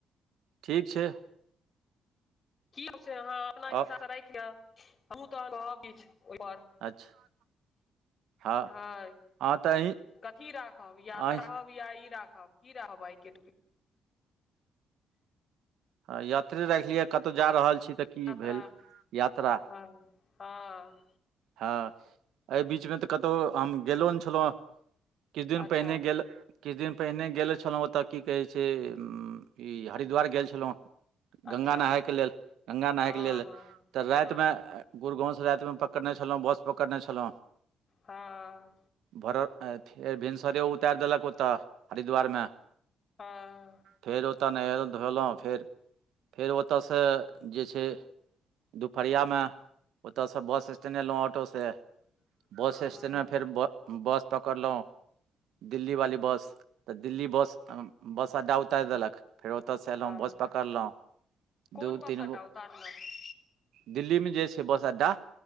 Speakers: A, on the right; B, on the left.
A: ठीक छै।
B: की लेब अपना हिसाब
A: अ-
B: से राखि लिय, हमहु त कहब किछ ओहिपर।
A: अच्छा हँ
B: हं
A: हँ तऽ अहीँ
B: कथी राखब, यात्रा
A: अहीँ
B: कि आइटी राखब, की राखब आइटी
A: हं आइ यात्रे राखि लिऽ कतहु जा रहल छी तऽ। की
B: आत्रा
A: भेल यात्रा
B: हं हां
A: ह एहि बीचमे तऽ कतहु हम गेलो नय छल‌ऊ, किछु दिन
B: अच्छा
A: पहिने गेल किछ दिन पहिने गेल छल‌ऊओतय की कहै छैय, इ हरिद्वार गेल छलहुं
B: अच्छा
A: गंगा नहायके लेल- गंगा नहायके
B: हँ
A: लेल
B: हँ
A: तऽ रातिमे
B: हँ
A: गुड़गाँवस रातिमे पकड़ने छलहुं, बस पकड़ने छल‌ऊ
B: हां
A: भोरर आइ फेर भिनसरे उतारि देलक ओतऽ हरिद्वारमे
B: हं
A: फेर ओतह नहेल‌ऊ-धोएल‌ऊ फेर फेर ओतयसऽ जे छैय दुपहरियामे ओतऽस बस स्टैन्ड एलहु ऑटोसे बस
B: हूँ
A: स्टैंडमे फेर ब बस पकड़ल‌ऊ, दिल्ली वाली बस तऽ दिल्ली बस बस अड्डा उतारि देलक, फेर ओतऽस एयल‌ऊ
B: हँ
A: बस पकड़ल‌ऊ
B: कोन
A: दु
B: बस
A: तीन
B: अड्डा
A: गो,
B: उतारलक
A: दिल्ली मे जे छैय बस अड्डा